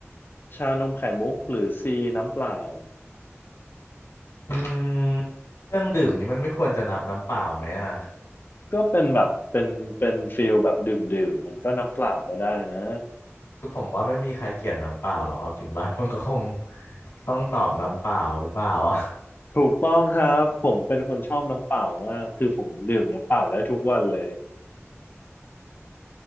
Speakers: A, on the left; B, on the left.
A: ชานมไข่มุกหรือ C น้ำเปล่า
B: อืมเครื่องดื่มนี่มันไม่ควรจะนับน้ำเปล่าไหมอ่ะ
A: ก็เป็นแบบเป็นเป็นฟิลแบบดื่มดื่มมันก็น้ำเปล่าก็ได้นะ
B: คือผมว่าไม่มีใครเกลียดน้ำเปล่าหรอกเอาจริงป่ะมันก็คงต้องตอบน้ำเปล่าหรือเปล่าอ่ะ
A: ถูกต้องครับผมเป็นคนชอบน้ำเปล่ามากคือผมดื่มน้ำเปล่าได้ทุกวันเลย